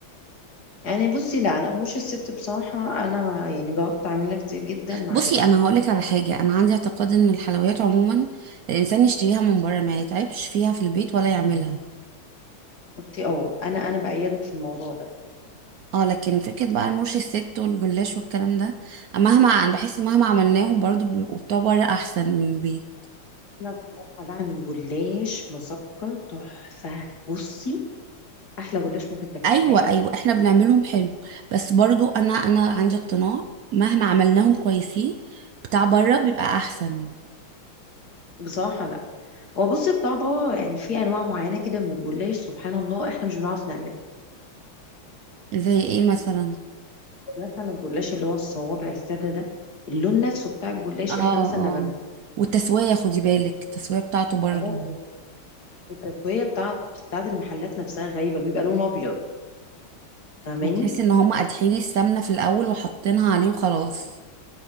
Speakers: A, on the left; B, on the right.
A: يعني بصي لا انا رموش الست بصراحة انا يعني جربت اعملها كتير جدا ما
B: بصي
A: عجبتني
B: انا هقولك على حاجة انا عندي اعتقاد ان الحلويات عموما الانسان يشتريها من بره ما يتعبش فيها في البيت ولا يعملها
A: بصي اه انا انا بأيدك في الموضوع ده
B: اه لكن فكرة بقى المرش الست والجلاش والكلام ده مهما انا بحس مهما عملناهم برضو بيبقوا بتوع بره احسن من البيت
A: انا بصراحة بعمل جلاش مسكر تحفة بصي احلى جلاش ممكن تاكليه
B: ايوه
A: في حياتك
B: ايوه احنا بنعملهم حلو بس برضو انا انا عندي اقتناع مهما عملناهم كويسين بتاع بره بيبقى احسن
A: بصراحة لا هو بصي بتاع بابا يعني في انواع معينة كده من الجلاش سبحان الله احنا مش بنعرف نعمله
B: زي ايه مثلا
A: مثلا الجلاش اللي هو الصوابع السادة ده اللون نفسه بتاع الجلاش
B: اه
A: احنا مثلا لما
B: اه
A: بن-
B: والتسوية خدي بالك التسوية بتاعته برضو
A: اه التسوية بتاعت بتاعت المحلات نفسها غايبة بيبقى لون أبيض فاهماني
B: هتحسي ان هم قادحين السمنة في الاول وحاطينها عليه وخلاص